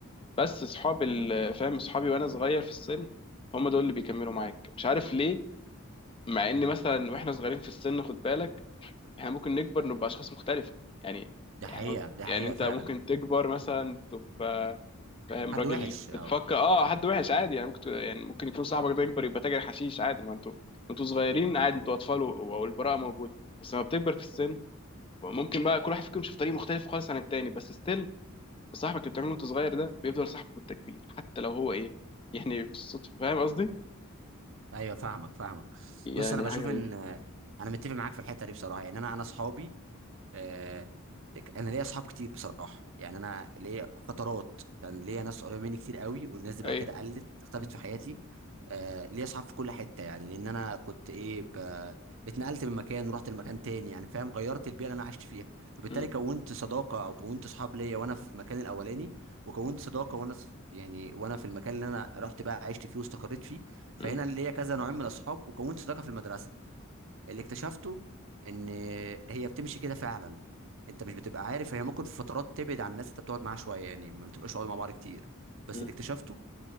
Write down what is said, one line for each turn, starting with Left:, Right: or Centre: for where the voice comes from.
Left: بس صحابي ال- فاهم صحابي وأنا صغير في السن هم دول اللي بيكملوا معاك مش عارف ليه مع إن
Right: امم
Left: مثلا وإحنا صغيرين في السن خد بالك إحنا ممكن نكبر نبقى أشخاص مختلفة يعني
Right: ده حقيقة
Left: إحنا
Right: ده
Left: يعني
Right: حقيقة
Left: أنت
Right: فعلا
Left: ممكن تكبر مثلا تبقى فاهم
Right: حد
Left: راجل
Right: وحش او
Left: بتفكر اه حد وحش عادي يعني ممكن يعني ممكن يكون صاحبك ده يكبر يبقى تاجر حشيش عادي ما انتوا انتوا صغيرين عادي انتوا اطفال و- و- والبراءه موجوده بس لما بتكبر في السن ممكن بقى كل واحد فيكم يمشي في طريق مختلف خالص عن التاني بس ستيل صاحبك اللي بتعمله وانت صغير ده بيفضل صاحبك وانت كبير حتى لو هو ايه يعني بالصدفه فاهم قصدي؟
Right: ايوه فاهمك فاهمك
Left: يعني
Right: بص انا بشوف
Left: حاجه غريبه
Right: ان انا متفق معاك في الحتة دي بصراحة يعني انا انا اصحابي آه، انا ليا اصحاب كتير بصراحه يعني انا ليا فترات كان ليا ناس قريبه مني كتير قوي والناس دي بعد
Left: ايوه
Right: كده قلت اختفت في حياتي آه، ليا اصحاب في كل حته يعني لان انا كنت ايه ب... اتنقلت من مكان ورحت لمكان تاني يعني فاهم غيرت البيئه اللي انا عشت فيها فبالتالي
Left: مم.
Right: كونت صداقه او كونت اصحاب ليا وانا في المكان الاولاني وكونت صداقه وانا س- يعني وانا في المكان اللي انا رحت بقى عشت فيه واستقريت فيه فهنا
Left: مم.
Right: ليا كذا نوعين من الاصحاب وكونت صداقه في المدرسه اللي اكتشفته ان هي بتمشي كده فعلا انت مش بتبقى عارف هي ممكن في فترات تبعد عن الناس انت بتقعد معاها شويه يعني ما بتبقاش قاعد مع بعض كتير بس
Left: مم.
Right: اللي اكتشفته